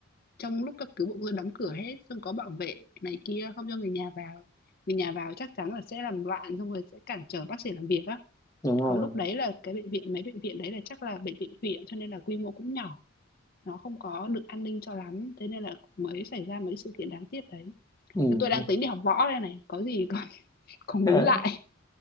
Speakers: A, on the left; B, on the left.
A: Trong lúc cấp cứu bọn tôi đóng cửa hết, xong có bảo vệ này kia, không cho người nhà vào. Người nhà vào chắc chắn là sẽ làm loạn, xong rồi sẽ cản trở bác sĩ làm việc á.
B: đúng rồi
A: Còn lúc đấy là cái bệnh viện mấy bệnh viện đấy là chắc là bệnh viện huyện, cho nên là quy mô cũng nhỏ, nó không có được an ninh cho lắm, thế nên là mới xảy ra mấy sự kiện đáng tiếc đấy.
B: ừ.
A: Tôi đang tính đi học võ đây này, có gì <laughs> còn còn
B: <laughs>
A: muốn
B: ờ,
A: lại.